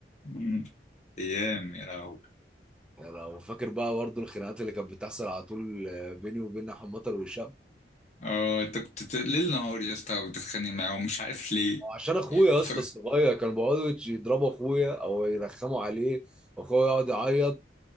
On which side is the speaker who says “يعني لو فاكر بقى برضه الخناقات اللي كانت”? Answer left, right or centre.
Centre